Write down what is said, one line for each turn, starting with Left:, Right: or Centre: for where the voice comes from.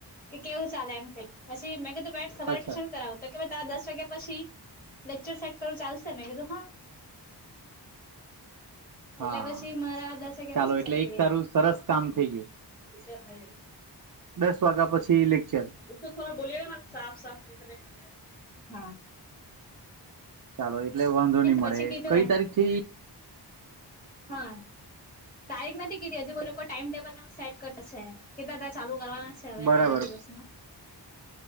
Left: કે કેવું ચાલે એમ કહી પછી મેં કીધું સવારે
Right: અચ્છા
Left: ટ્યુન કરાવતા કે તારા દસ વાગ્યા પછી લેક્ચર સેટ કરવું ચાલશે મેં કીધું હા એટલે
Right: હા
Left: પછી મારા દસ વાગ્યા
Right: ચાલો
Left: પછી
Right: એટલે
Left: સેટ
Right: એક
Left: કરીલા
Right: તારું સરસ કામ
Left: થાય
Right: થઈ ગયું
Left: જાય
Right: દસ વાગ્યા પછી લેક્ચર
Left: એ થોડા બોલીએ ના સાફ સાફ લિખને લ હા
Right: ચાલો એટલે વાંધો નહી મળે
Left: પછી કીધું
Right: કઈ તારીખ થી
Left: હા, તારીખ નથી કીધી હજી બી લોકો ટાઈમ ટેબલ સેટ કરતાશે. કેટલા દા ચાલુ કરવાના છે. હવે,
Right: બરાબર
Left: થોડાક દિવસમાં